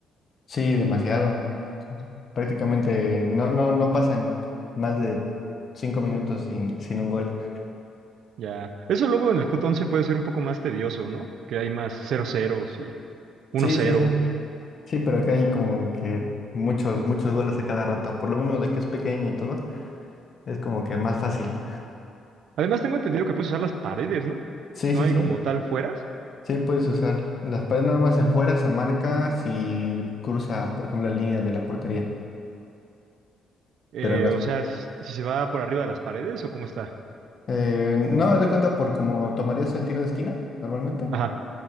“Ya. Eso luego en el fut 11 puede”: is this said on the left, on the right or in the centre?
Right